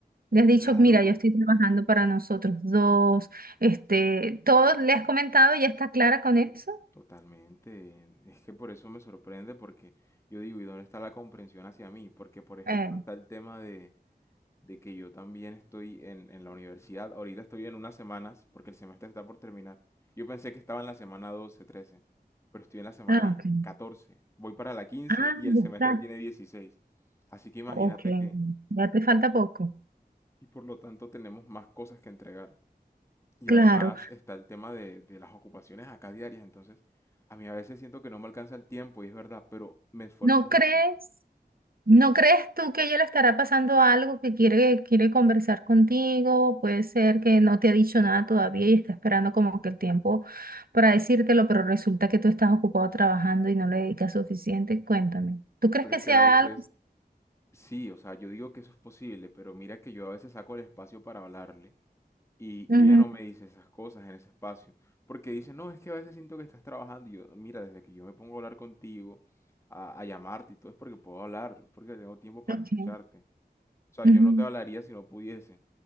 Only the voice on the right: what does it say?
¿Le has dicho,
mira, yo estoy trabajando para nosotros dos? Este, ¿todo le has comentado y ya está clara con eso?
Eh,
ah, ok.
Ah,
ya
está.
Ok,
ya te falta poco.
Claro.
¿No
crees? ¿No crees tú que a ella le estará pasando algo que quiere, quiere conversar contigo? Puede ser que no te ha dicho nada todavía y está esperando como que el tiempo para decírtelo, pero resulta que tú estás ocupado trabajando y no le dedicas suficiente. Cuéntame. ¿Tú crees
que
sea
algo? así?
Ujú,
ok,
ujú,